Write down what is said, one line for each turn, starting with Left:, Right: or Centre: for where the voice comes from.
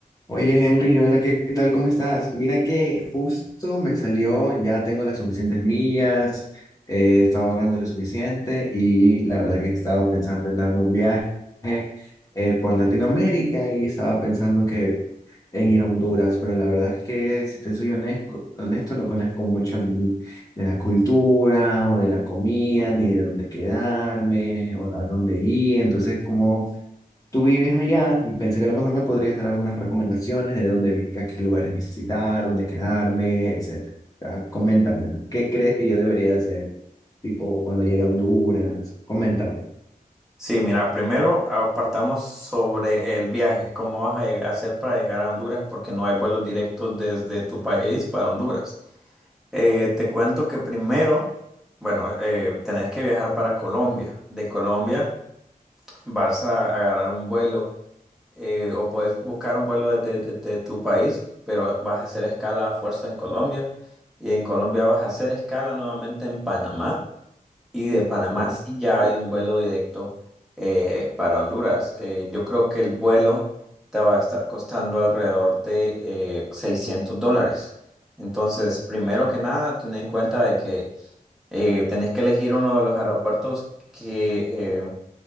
Left: Oye, Henry, hola, ¿qué qué tal? ¿Cómo estás? Mira que justo me salió, ya tengo las suficientes millas, eh, he estado ahorrando lo suficiente y la verdad que he estado pensando en darme un viaje eh, por Latinoamérica y estaba pensando que en ir a Honduras, pero la verdad es que, si te soy honesto, honesto no conozco mucho ni de la cultura o de la comida, ni de dónde quedarme o a dónde ir, entonces como... Tú vives allá y pensé que a lo mejor me podrías dar algunas recomendaciones de dónde vi- a qué lugares visitar, dónde quedarme, etcétera. O sea, coméntame, ¿no? ¿qué crees que yo debería hacer? Tipo, cuando llegue a Honduras, coméntame.
Centre: Sí, mira, primero apartamos sobre el viaje, cómo vas a lleg- hacer para llegar a Honduras, porque no hay vuelos directos desde tu país para Honduras. Eh, te cuento que primero, bueno, eh, tenés que viajar para Colombia. De Colombia vas a agarrar un vuelo eh, o puedes buscar un vuelo desde, desde tu país, pero vas a hacer escala a fuerza en Colombia y en Colombia vas a hacer escala nuevamente en Panamá. Y de Panamá
Left: Ok,
Centre: sí ya hay un vuelo directo eh, para Honduras. Eh, yo creo que el vuelo te va a estar costando alrededor de eh, 600 dólares. Entonces, primero que nada, ten en cuenta de que eh, tenés que elegir uno de los aeropuertos que eh,